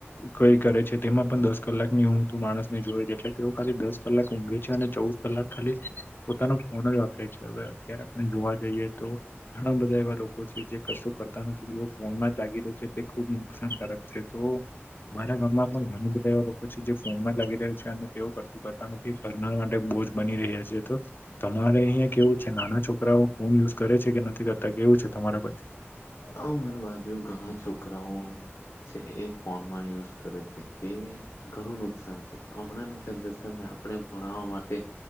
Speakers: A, on the left (about 50°); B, on the left (about 85°).
A: કઈ કરે છે તેમાં પણ દસ કલાકની ઊંઘ તું માણસ ને, જોય છે એટલે તેઓ ખાલી દસ કલાક ઊંઘે છે અને, ચૌદ કલાક ખાલી પોતાનો ફોન જ વાપરે છે, હવે અત્યારે આપણે જોવા જઈએ તો ઘણા બધા એવા લોકો છે જે કશું કરતા નથી તેઓ ફોનમાં જ લાગી રહ્યા છે તે ખુબ નુકસાનકારક છે, તો મારા ગામ માં પણ ઘણા બધા એવા લોકો છે, જે ફોન માં લાગી રહ્યા છે અને તેઓ કશું કરતા નથી. કરનર માટે બોુજ બની રહ્યા છે, તો તમારે અહં કેવું છે, નાના છોકરાઓ ફોન યુઝ કરે છે, કે નથી કરતા કેવું છે, તમારા પાસે
B: અ હર બાજુ ઘણા છોકરાઓ છે. એ ફોનમાં યુઝ કરે છે જે ઘણું નુકસાન છે. હમણાં જનરેશનને આપણે ભણવા માટે